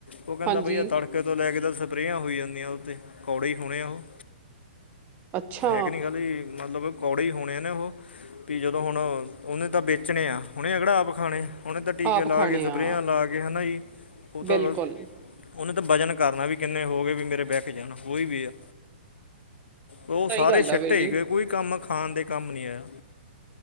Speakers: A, on the left; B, on the right.
A: ਉਹ ਕਹਿੰਦਾ
B: ਹਾਂਜੀ
A: ਬਈ ਆ ਤੜਕੇ ਤੋਂ ਲੈ ਕੇ ਤਾਂ ਸਪਰੇਆਂ ਹੋਈ ਜਾਂਦੀਆਂ ਉਤੇ, ਕੌੜੇ ਹੀ ਹੋਣੇ ਉਹ।
B: ਅੱਛਾ
A: ਹੈ ਕੇ ਨੀ ਗੱਲ ਏ ਮਤਲਬ ਕੌੜੇ ਹੀ ਹੋਣੇ ਨੇ ਉਹ, ਵੀ ਜਦੋਂ ਹੁਣ ਉਹਨੇ ਤਾਂ ਬੇਚਣੇ ਆ ਓਹਨੇ ਕੇਹੜਾ ਆਪ ਖਾਣੇ। ਓਨੇ ਤਾਂ ਟੀਕੇ
B: ਆਪ
A: ਲਾ
B: ਖਾਣੇ
A: ਕੇ, ਸਪਰੇਆਂ
B: ਆ
A: ਲਾ ਕੇ ਹੈਨਾ ਜੀ। ਉਹ ਤਾਂ
B: ਬਿਲਕੁਲ
A: ਬਸ ਉਹਨੇ ਤਾਂ ਵਜਨ ਕਰਨਾ ਵੀ ਕਿੰਨੇ ਹੋ ਗਏ ਵੀ ਮੇਰੇ ਬਿਕ ਜਾਣ ਕੋਈ ਵੀ ਆ। ਉਹ
B: ਸਹੀ
A: ਸਾਰੇ
B: ਗੱਲ
A: ਸ਼ਿਟੇਗੇ
B: ਆ ਵੀਰ ਜੀ
A: ਕੋਈ ਕੰਮ ਖਾਣ ਦੇ ਕੰਮ ਨੀ ਆਇਆ।